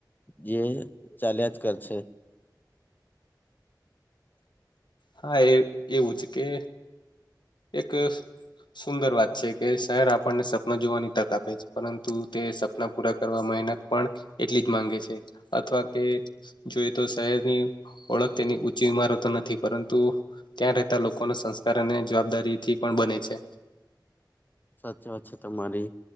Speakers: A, on the left; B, on the left.
A: જે ચાલ્યા જ કરશે
B: હા, એ એવું જ કે એક. સુંદર વાત છે. કે શહેર આપણને સપના જોવાની તક આપે છે. પરંતુ તે સપના.... પૂરા કરવામાં મહેનત પણ એટલી જ માંગે છે. અથવા કે, જોઈએ. તો શહેરની ઓળખ તેની ઊંચી ઈમારતો નથી. પરંતુ, ત્યાં રહેતા લોકોનો સંસ્કાર અને જવાબદારીથી પણ બને છે.
A: સાચી વાત છે, તમારી.